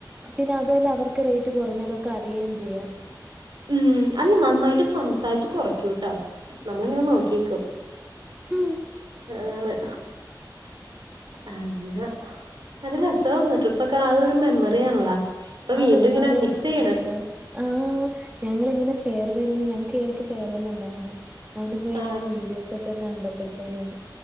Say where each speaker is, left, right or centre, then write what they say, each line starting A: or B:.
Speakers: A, on the right; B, on the right.
A: പിന്നെ അതുപോലെ അവർക്ക് റേറ്റ് കുറഞ്ഞതൊക്കെ അറിയേം ചെയ്യാം
B: ഉം അല്ല നന്നായിട്ട് സംസാരിച്ച് കൊറയ്ക്കും. ട്ടോ നമ്മളിങ്ങനെ നോക്കിക്കും
A: ഹും
B: ആ ന്നെ ആഹ് പിന്നെ നല്ല രസറ്ന്ന് ട്രിപ്പൊക്കെ അതൊരുമെമ്മറി അറിയാമോളെ അപ്പൊ
A: അത്
B: വീണ്ടും ഇങ്ങനെ
A: അത്
B: മിസ് ചെയ്യണ്.
A: വേറെ ആഹ് ഞങ്ങള് ഇങ്ങനെ ഫെയർവെല്ലിന് ഞങ്ങൾക്ക് ഇയടക്ക് ഫെയർവെല്ല് ഒണ്ടായിര്ന്ന് അതിന്പ്പോ
B: ആ
A: ഇങ്ങനെ വീഡിയോസക്കെ കണ്ടപ്പോഴത്തേനും